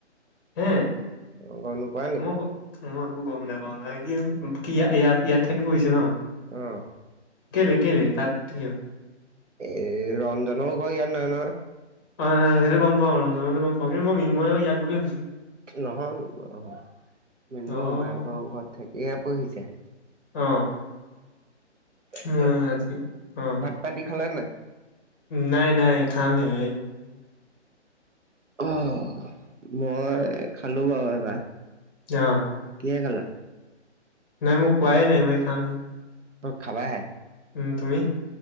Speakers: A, on the left; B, on the right.
A: হে
B: অ গম নোপোৱা নি
A: মই মই একো গম নাপাও নহয় কি ইয়াত ইয়াত থাকি পঢ়িছে ন?
B: অহ
A: কেলে কেলে তাত কি হ'ল?
B: এ ৰঞ্জনৰো ঘৰ ইয়াত নহয় নহয়
A: অ হয় সেইটো গম পাওঁ ৰঞ্জনতো গম পাওঁ কিন্তু মই মৃন্ময়ৰ ইয়াত বুলি ভাবিছিলো।
B: নহয় ম মৃণ্ময়
A: অ',
B: মোমায়েকৰ ঘৰত থাকিহে পঢ়িছে।
A: অ
B: তাৰ
A: উম,
B: পিছত
A: আজি অ',
B: ভাত পানি খালা নাই?
A: নাই নাই খাম হে
B: আহ মই খালো বাৰু এবাৰ
A: আহ
B: কিহে খালা?
A: নাই মই খোৱাই নাই এই খাম হে।
B: অ খাবা হে?
A: উম তুমি